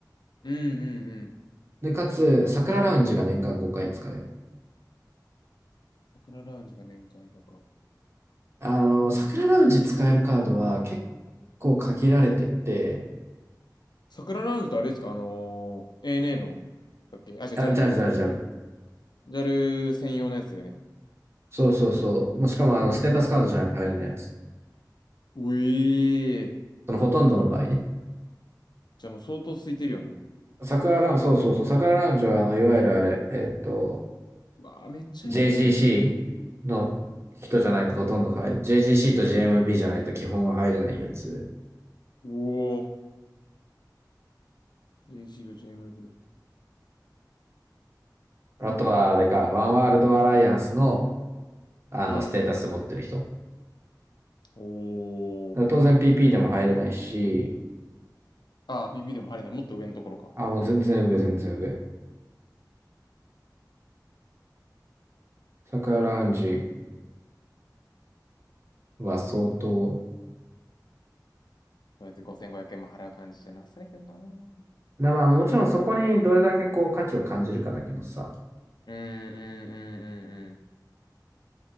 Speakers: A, on the left; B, on the right.
A: うん、うん、うん。
B: で、かつ、桜ラウンジが年間5回使える。
A: 桜ラウンジが年会とか。
B: あの、桜ラウンジ使えるカードは結構限られてて、
A: 桜ラウンジとあれですかあのー ANA の、だっけあ、じゃあ
B: あ、
A: j a
B: ジャルジャルジャル。
A: のジャル専用のやつでね。
B: そうそうそう。もうしかも、あの、ステータスカードじゃないと入らないやつ。
A: うえー。
B: そのほとんどの場合ね。
A: じゃあもう相当空いてるよな。
B: 桜ラウンジ、
A: うわ、
B: そうそうそう、桜ラウンジは、あの、いわゆるあれ、えっと、
A: うわ、めっちゃええやんけ。
B: JGC の人じゃないとほとんど入る。JGC と j m b じゃないと基本は入れないやつ。
A: おお。JC と JMB。
B: あとは、あれか、ワンワールドアライアンスの、あの、
A: うん。
B: ステータス持ってる人。
A: お
B: だから当然
A: お。
B: PP でも入れないし、
A: ああ、b ビでも入れない。もっと上のところか。
B: あ、もう全然上、全然上。桜ラウンジは相当。
A: そうやって5500円も払う感じじゃなさいけどな。うん
B: なまあもちろんそこにどれだけこう価値を感じるかだけどさ。
A: うんうん